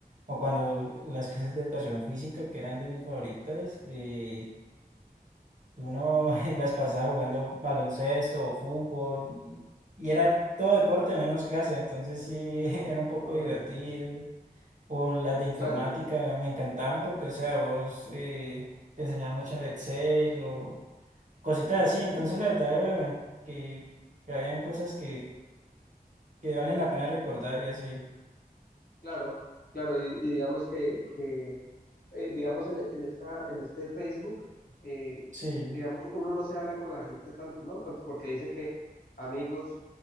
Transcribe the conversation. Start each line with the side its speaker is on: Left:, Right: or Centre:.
Right: o cuando las clases de educación física, que eran de mis favoritas, eh, uno <laughs> en las pasaba jugando baloncesto o fútbol, y y era todo deporte menos clase, entonces sí <laughs> era un poco
Left: Ah,
Right: divertido.
Left: sí.
Right: O las de informática
Left: Claro,
Right: me encantaban porque, o sea, vos eh, te enseñaban mucho de Excel o cositas así, entonces la verdad eh, que, que habían cosas que, que valen la pena recordar y así.
Left: claro, claro, y, y digamos que, que eh, digamos, en, en, esta, en este Facebook, eh,
Right: Sí,
Left: digamos, uno no se habla con la gente tanto, ¿no? Por- Porque dice que amigos,